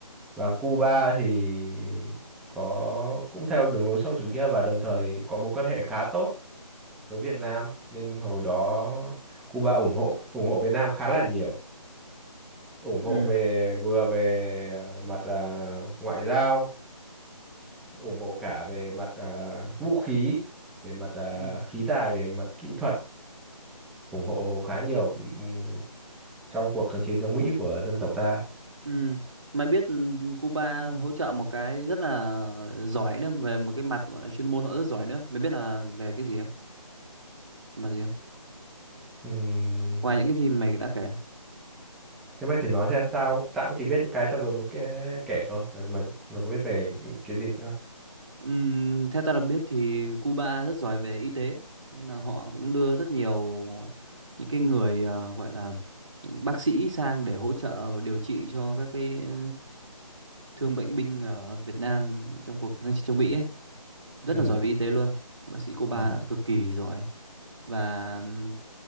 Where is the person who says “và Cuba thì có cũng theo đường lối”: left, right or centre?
Centre